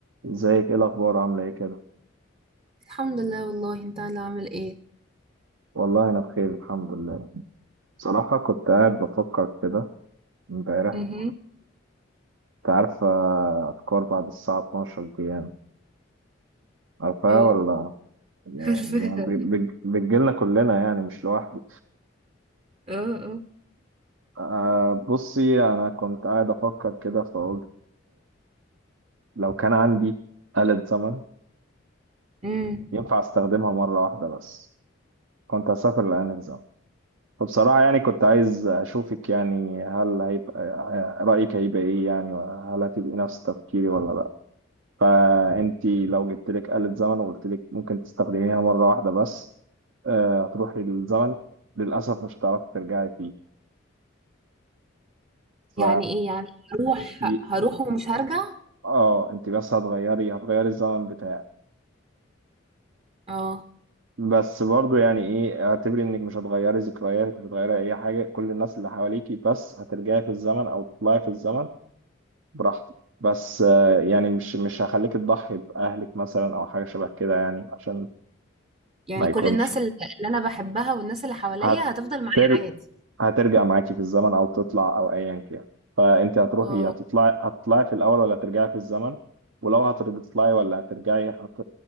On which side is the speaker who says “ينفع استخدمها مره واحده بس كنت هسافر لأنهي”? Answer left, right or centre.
Right